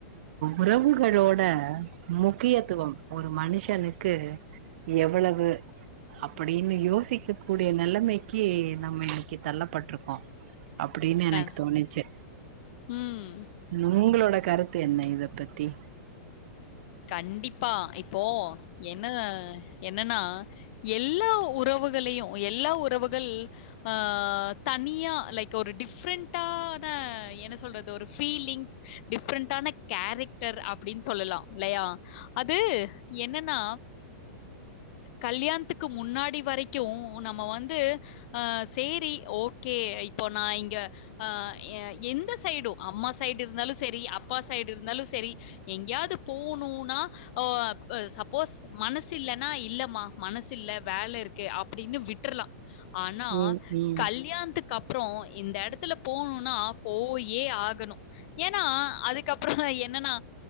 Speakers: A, on the right; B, on the left.
A: உறவுகளோட முக்கியத்துவம் ஒரு மனுஷனுக்கு எவ்வள வு அப்படின்னு யோசிக்க கூடிய நெலைமைக்கு நம்ம இன்னைக்கு தள்ளப்பட்ருக்கோ அப்படின்னு எனக்கு
B: அ.
A: தோணிச்சு
B: ம்.
A: உங்களோட கருத் து என்ன இத பத்தி
B: கண்டிப்பா இப்போ என்ன என்னனா எல்லா உறவுகளையு எல்லா உறவுகள் ஆஹ் தனியா லைக் ஒரு டிஃப்ரெண்டான என்ன சொல்றது ஒரு ஃபீலிங் டிஃப்ரெண்டான கேரெக்டர் அப்டின் சொல்லலா லையா அது என்னன்னா கல்யாண்த்துக்கு முன்னாடி வரைக்கு நம்ம வந்து அஹ் சேரி ஓகே இப்போ நா இங்க அஹ் எ எந்த சைடு அம்மாஸ் சைடு இருந்தாலு சரி அப்பா சைடு இருந்தாலு சரி கியாது போனூனா ஓ அப் சப்போஸ் மனசில்லனா அ இல்லமா மனசில்ல வேல இருக்கு அப்டின்னு விட்றலா ஆனா
A: ம் ம்
B: கல்யாண்த்துக்கப் ப்றோ இந்த எடத்துல போணுனா போய் ஏ ஆகணு ஏனா அதுக்கப்றொதா என்னனா